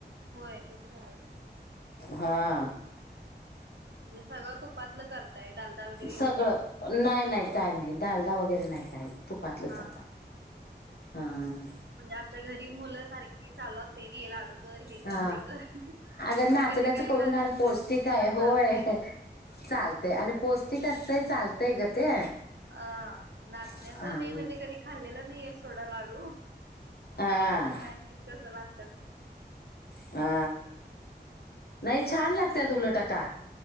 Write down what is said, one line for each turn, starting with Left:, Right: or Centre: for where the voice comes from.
Right: होय, ते तरी हायचं.
Left: हा.
Right: म्हणजे सगळं तुपातलं करताय डालडा वगैरे यूज
Left: सगळं,
Right: नाही
Left: नाही नाही काय नाही डालडा वगैरे नाही काही नहीं तुपातलंच
Right: हा
Left: आता
Right: हा
Left: हम.
Right: म्हणजे आमच्या घरी मुलचं सारखी चालू असतंय नाई लाडू कर हे कर
Left: हां
Right: ते कर म्हणजे
Left: अगं नाचण्याचं
Right: कधी काय
Left: करून
Right: लागलं
Left: घाल पौष्टिक
Right: तर मग तुम्हाला
Left: आहे
Right: चालते
Left: होय चालतंय आणि पौष्टिक असतंय चालतंय गं ते.
Right: अ नाचण्याचं
Left: अं,
Right: मी म्हणजे कधी खाल्लेलं नाहीये सोडा लाडू
Left: हा
Right: त मग काय माहित कसं लाग त्यात.
Left: अ नाही छान लाग त्यात उलट आता.